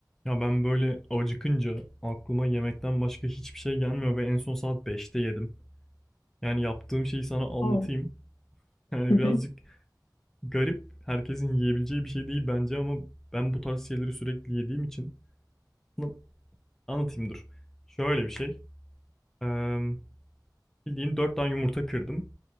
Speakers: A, in the centre; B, on the left.
A: Ya ben böyle acıkınca aklıma yemekten başka hiçbir şey gelmiyor ve en son saat beşte yedim. Yani yaptığım şeyi sana anlatayım.
B: Hmm.
A: Yani
B: Hı hı.
A: birazcık garip, herkesin yiyebileceği bir şey değil bence ama ben bu tarz şeyleri sürekli yediğim için bunu anlatayım dur. Şöyle bir şey. Eee bildiğin 4 tane yumurta kırdım.